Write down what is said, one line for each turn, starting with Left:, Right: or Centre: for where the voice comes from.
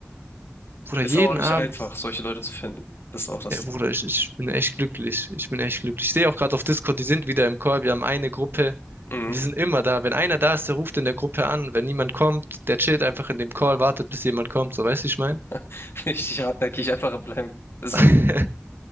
Right: Bruder,
Left: Ist
Right: jeden
Left: aber auch nicht
Right: Abend.
Left: einfach, solche Leute zu finden. Das ist auch das
Right: Ja, Bruder,
Left: Ding.
Right: ich, ich bin echt glücklich. Ich bin echt glücklich. Ich sehe auch gerade auf Discord, die sind wieder im Call. Wir haben eine Gruppe.
Left: Mhm.
Right: Wir sind immer da. Wenn einer da ist, der ruft in der Gruppe an. Wenn niemand kommt, der chillt einfach in dem Call, wartet, bis jemand kommt. So, weißt du, wie ich meine?
Left: <laughs> Richtig hartnäckig einfach bleiben. So,
Right: <laughs>